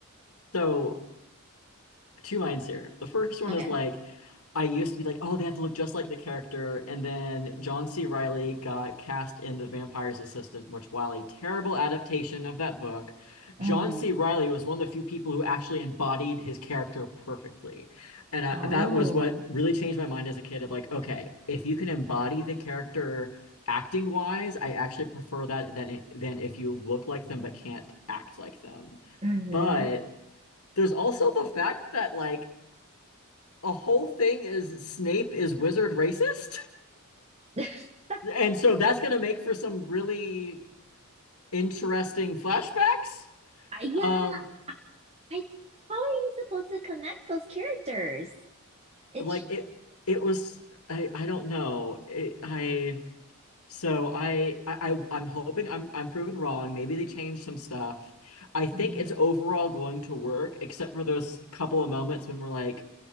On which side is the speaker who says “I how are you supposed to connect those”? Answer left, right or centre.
Right